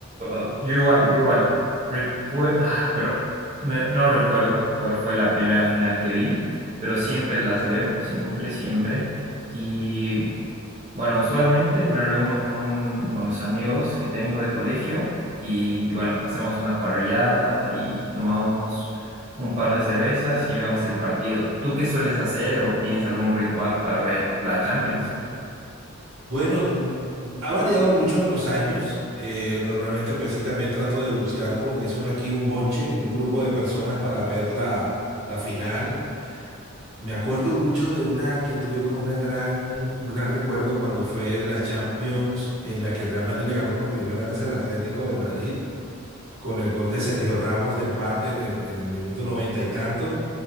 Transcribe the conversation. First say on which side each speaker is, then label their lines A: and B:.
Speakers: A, on the right; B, on the right.
A: o- yo igual, yo igual. Recue- ah, pero me- no recuerdo cuál fue la primera final que vi, pero siempre las veo, siempre, siempre. y Bueno, usualmente me reúno con, un, con los amigos que tengo de colegio y bueno, hacemos una parrillada y tomamos un par de cervezas y vemos el partido. ¿Tú qué sueles hacer o tienes algún ritual para ver la Champions?
B: Bueno, ha variado mucho en los años. Eh, normalmente, pues sí, también trato de buscar, como dice uno aquí, un bonche, un grupo de personas para ver la, la final. Me acuerdo mucho de una que tuve con una gran, un gran recuerdo cuando fue la Champions en la que el Real Madrid le ganó por primera vez al Atlético de Madrid con el gol de Sergio Ramos de empate en el, en el minuto noventa y tanto.